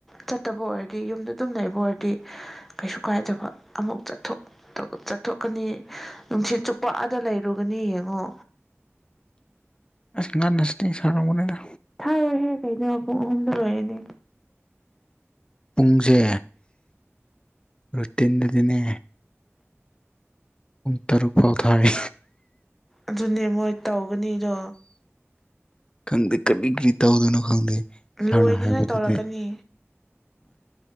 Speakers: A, in the centre; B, on the left.
A: ꯆꯠꯇꯕ ꯑꯣꯏꯔꯗꯤ ꯌꯨꯝꯗ ꯑꯗꯨꯝ ꯂꯩꯕ ꯑꯣꯏꯔꯗꯤ ꯀꯩꯁꯨ ꯀꯥꯏꯗꯕ ꯑꯃꯐꯥꯎ ꯆꯠꯊꯣꯛ ꯆꯠꯊꯣꯛꯀꯅꯤ ꯅꯨꯡꯁꯤꯠ ꯆꯨꯞꯄ ꯑꯥꯗ ꯂꯩꯔꯨꯒꯅꯤ ꯌꯦꯡꯉꯣ
B: ꯑꯁ ꯉꯥꯟꯅꯁꯤꯇ ꯁꯔꯕꯗ
A: ꯊꯥꯔꯣꯏꯍꯦ ꯀꯩꯅꯣ ꯄꯨꯡ ꯑꯍꯨꯝꯗ ꯂꯣꯏꯔꯅꯤ
B: ꯄꯨꯡꯁꯦ ꯔꯨꯇꯤꯟꯗꯗꯤꯅꯦ ꯇꯔꯨꯛ ꯐꯥꯎ ꯊꯥꯔꯤ
A: ꯑꯗꯨꯅꯦ ꯃꯣꯏ ꯇꯧꯒꯅꯤꯗꯣ
B: ꯈꯪꯗꯦ ꯀꯗꯤ ꯒꯤꯔꯤꯇ ꯑꯣꯗꯅ ꯈꯪꯗ
A: ꯂꯣꯏꯅꯤꯉꯥꯏ
B: ꯁꯅ ꯍꯥꯏꯕꯗꯤꯗ
A: ꯇꯧꯔꯛꯀꯅꯤ